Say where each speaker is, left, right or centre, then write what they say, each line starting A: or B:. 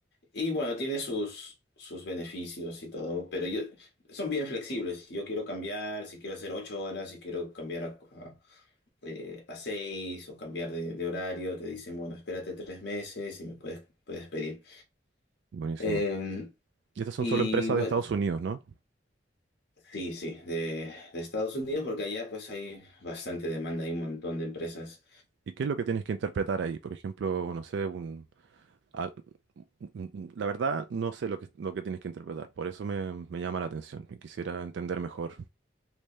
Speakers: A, on the left (about 70°); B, on the right (about 75°).
A: Y bueno, tiene sus, sus beneficios y todo, pero yo, son bien flexibles. Si yo quiero cambiar, si quiero hacer ocho horas, si quiero cambiar a, a, eh, a seis o cambiar de, de horario, te dicen, bueno, espérate tres meses y me puedes, puedes pedir.
B: Buenísimo.
A: Eh,
B: Y estas son
A: y
B: solo empresas
A: bueno,
B: de Estados Unidos, ¿no?
A: sí, sí, de, de Estados Unidos, porque allá pues hay bastante demanda, hay un montón de empresas
B: ¿Y qué es lo que tienes que interpretar ahí? Por ejemplo, no sé, un, al- un- un- la verdad no sé lo que, lo que tienes que interpretar, por eso me, me llama la atención y quisiera entender mejor.